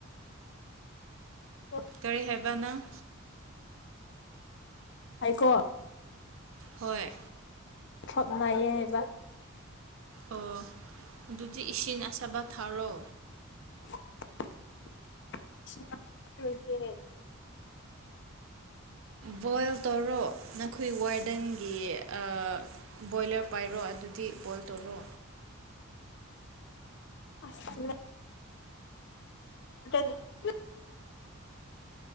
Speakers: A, on the left; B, on the right.
A: ꯍꫭ
B: ꯀꯔꯤ ꯍꯥꯏꯕ ꯅꯪ
A: ꯍꯥꯏꯀꯣ
B: ꯍꯣꯏ
A: ꯊ꯭ꯔꯛ ꯅꯥꯏꯌꯦ ꯍꯥꯏꯕ
B: ꯑꯣ ꯑꯗꯨꯗꯤ ꯏꯁꯤꯡ ꯑꯁꯥꯕ ꯊꯥꯔꯣ
A: ꯦ <unintelligible>
B: ꯕꯣꯏꯜ ꯇꯧꯔꯣ ꯅꯈꯣꯏ ꯋꯥꯔꯗꯟꯒꯤ ꯑꯥ ꯕꯣꯏꯂꯔ ꯄꯥꯏꯔꯣ ꯑꯗꯨꯗꯤ ꯕꯣꯏꯜ ꯇꯧꯔꯣ
A: ꯑꯁ <unintelligible>